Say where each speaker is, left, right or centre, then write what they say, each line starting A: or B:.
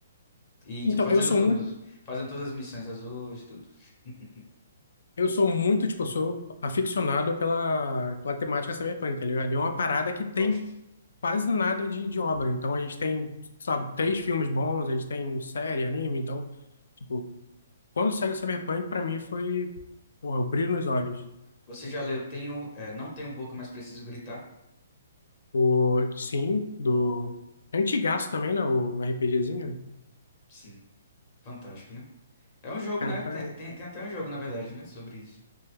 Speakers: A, on the left; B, on the left.
A: E
B: Então,
A: tipo, fazendo
B: eu sou
A: tudo.
B: muito
A: Fazendo todas as missões azuis, tudo. <laughs>
B: Eu sou muito, tipo, eu sou aficionado pela, pela temática cyberpunk, tá ligado? E É uma parada que tem
A: Gosto.
B: quase nada de, de obra. Então a gente tem, sabe, três filmes bons, a gente tem série, anime. Então, tipo, quando saiu o cyberpunk, pra mim foi, porra, o brilho nos olhos.
A: Você já leu? Tenho, é, não tenho boca, mas preciso gritar.
B: O, sim, do antigaço também, né? O RPGzinho.
A: Sim, fantástico, né? É um jogo,
B: Cara,
A: né?
B: pra
A: Tem,
B: mim.
A: tem, tem até um jogo, na verdade, né? Sobre isso.